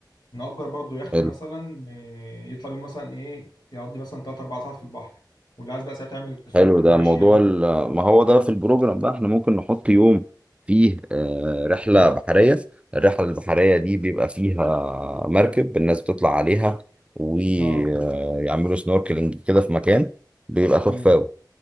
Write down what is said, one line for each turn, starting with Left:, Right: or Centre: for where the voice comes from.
Left: نأجر برضه يخت
Right: حلو
Left: مثلا إيه، يطلع بيهم مثلا ايه يقضي مثلا 3 4 ساعات في البحر واللي عايز بقى ساعتها يعمل سنوركل
Right: حلو ده
Left: ماشي
Right: موضوع
Left: يعني
Right: ال- ما هو ده في البروجرام بقى احنا ممكن نحط يوم فيه آه، رحلة بحرية الرحلة البحرية دي بيبقى فيها مركب الناس بتطلع عليها ويعملوا
Left: اه
Right: سنوركلينج كده في مكان بيبقى تحفة
Left: امم
Right: أوي.